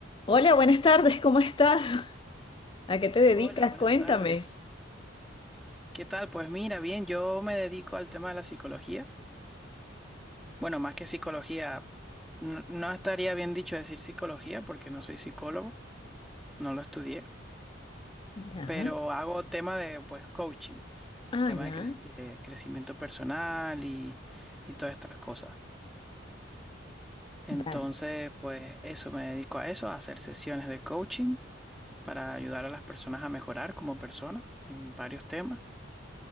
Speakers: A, on the left; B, in the centre.
A: Hola, buenas tardes, ¿cómo estás? ¿A qué te dedicas?
B: Hola, buenas
A: Cuéntame.
B: tardes. ¿Qué tal? Pues mira, bien, yo me dedico al tema de la psicología. Bueno, más que psicología, n- no estaría bien dicho decir psicología porque no soy psicólogo, no lo estudié,
A: Ya.
B: pero hago tema de pues coaching,
A: Ah,
B: tema
A: ya.
B: de, crec- de crecimiento personal y, y todas estas cosas. Entonces,
A: Vale.
B: pues eso, me dedico a eso, a hacer sesiones de coaching para ayudar a las personas a mejorar como persona en varios temas.